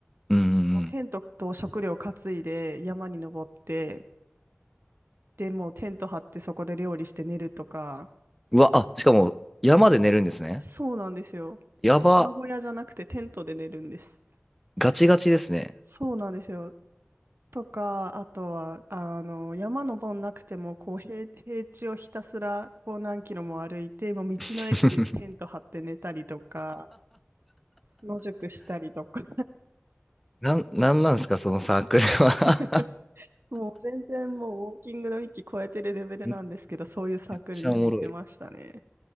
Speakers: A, in the centre; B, on the right.
A: うんうん
B: テントと食料担いで山に登って、で、もうテント張ってそこで料理して寝るとか、
A: うん。うわ、あ、しかも山で寝るんですね。
B: そうなんですよ。
A: やば、
B: 山小屋じゃなくてテントで寝るんです。
A: ガチガチですね。
B: そうなんですよ。とか、あとは、あの、山登んなくても、こう、平、平地をひたすら、こう、何キロも歩いて、もう道の駅でテント張って寝たりとか、
A: <laughs>
B: 野宿したりとか、
A: なん、なんなんですか、そのサークルは
B: <laughs> もう全然もうウォーキングの域超えてるレベルなんですけど、
A: <laughs> めっ
B: そういうサークルに入ってましたね。
A: ちゃおもろい。